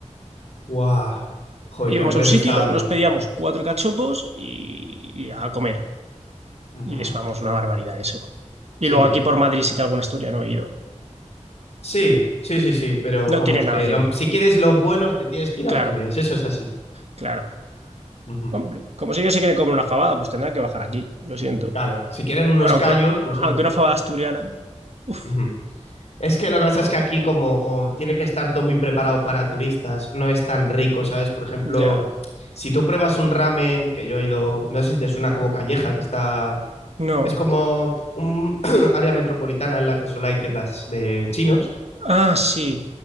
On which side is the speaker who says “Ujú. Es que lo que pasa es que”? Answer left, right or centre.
Left